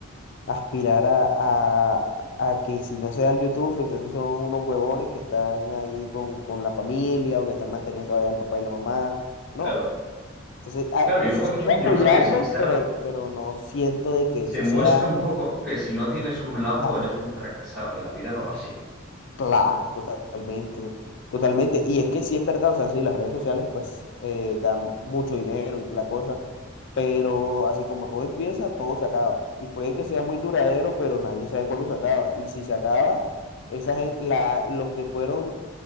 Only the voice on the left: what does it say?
Aspirar a, a- a que si no se da el YouTube, entonces son unos huevones que están ahí con, con la familia o que están mantenidos todavía el papá y la mamá. No.
Entonces, a-
sí
sí
apoyarlos,
pero, pero no siento de que
eso
sea
también.
Claro, totalmente, totalmente. Y es que sí es verdad, o sea, sí, las redes sociales pues eh, dan mucho dinero y la cosa, pero así como todo empieza, todo se acaba. Y puede que sea muy duradero, pero nadie sabe cuándo se acaba. Y si se acaba, esa gente, la, los que fueron,